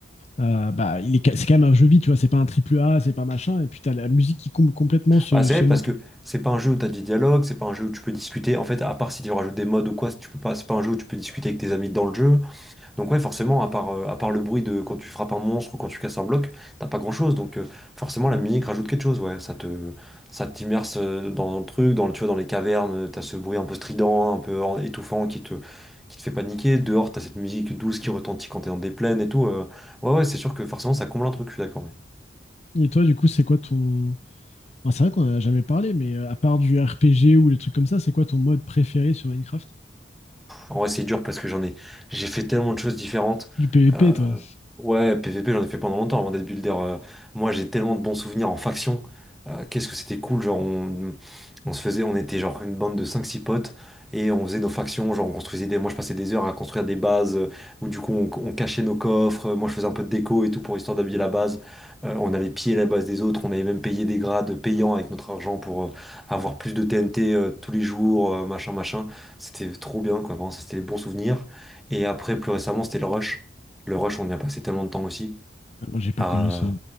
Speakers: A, on the left (about 35°); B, in the centre.
A: Euh, bah, il est, c'est quand même un jeu vide, tu vois, c'est pas un triple A, c'est pas machin, et puis t'as la musique qui comble complètement ce,
B: Bah, c'est
A: ce
B: vrai,
A: manque-là.
B: parce que c'est pas un jeu où t'as des dialogues, c'est pas un jeu où tu peux discuter, en fait à part si tu rajoutes des modes ou quoi, si tu peux pas, c'est pas un jeu où tu peux discuter avec tes amis dans le jeu, Donc ouais, forcément, à part, euh, à part le bruit de quand tu frappes un monstre ou quand tu casses un bloc, t'as pas grand-chose. Donc euh, forcément,
A: Mm.
B: la musique rajoute quelque chose, ouais. Ça te, ça t'immerse euh, dans le truc, dans le, tu vois, dans les cavernes, t'as ce bruit un peu strident, un peu en- étouffant qui te, qui te fait paniquer. Dehors, t'as cette musique douce qui retentit quand t'es dans des plaines et tout. euh. ouais, ouais, c'est sûr que forcément, ça comble un truc, je suis d'accord. ouais.
A: Et toi, du coup, c'est quoi ton... Enfin, c'est vrai qu'on en a jamais parlé, mais euh, à part du RPG ou les trucs comme ça, c'est quoi ton mode préféré sur Minecraft?
B: En vrai, c'est dur parce que j'en ai, j'ai fait tellement de choses différentes.
A: Du PvP,
B: Euh,
A: toi?
B: ouais, PVP, j'en ai fait pendant longtemps avant d'être builder. Euh, moi, j'ai tellement de bons souvenirs en faction. Euh, qu'est-ce que c'était cool, genre on, on se faisait, on était genre une bande de cinq six potes et on faisait nos factions, genre on construisait des, moi je passais des heures à construire des bases euh, où du coup on, on cachait nos coffres. Euh, Moi, je faisais un peu de déco et tout pour histoire d'habiller la base. Euh, on allait piller la base des autres, on avait même payé des grades payants avec notre argent pour euh, avoir plus de TNT euh, tous les jours, euh, machin, machin. C'était trop bien, quoi. Vraiment, ça, c'était les bons souvenirs. Et après, plus récemment, c'était le rush. Le rush, on y a passé tellement de temps aussi.
A: Ah, moi, j'ai pas
B: Ah,
A: connu ça. Ouais,